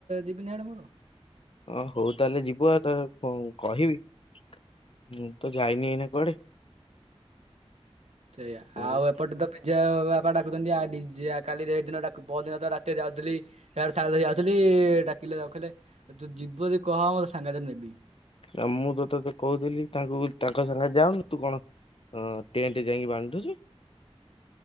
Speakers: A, on the right; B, on the left.
A: ଯିବିନି ହିଆଡ଼େ ମୋର।
B: ହଁ ହଉ ତାହେଲେ ଯିବୁ ଆଉ ତ କହିବିଁ ତ ଯାଇନି ଏଇନା କୁଆଡେ।
A: ସେଇଆ
B: ମୁଁ
A: ଆଉ
B: ବି-
A: ଏପଟେ ତ ପିଜା ବାପା ଡାକୁଛନ୍ତି ଆ ଜିଆ କାଲି ଏ ହେଦିନ ପହଦିନ ତ ରାତିରେ ଯାଉଥିଲି। ସେ ସାଙ୍ଗ ଯାଉଥିଲି ଡାକିଲେ ରଖିଲେ ତୁ ଯିବୁ ଯଦି କହ ମୁଁ ସାଙ୍ଗରେ ନେବି।
B: ଆଉ ମୁଁ ତତେ ତ କୋହୁଥିଲି ତାଙ୍କୁ ତାଙ୍କ ସାଙ୍ଗେ ଯାାଉନୁ ତୁ କଣ ହଁ ଟେଣ୍ଟ୍ ଯାଇଁକି ବାନ୍ଧୁଚୁ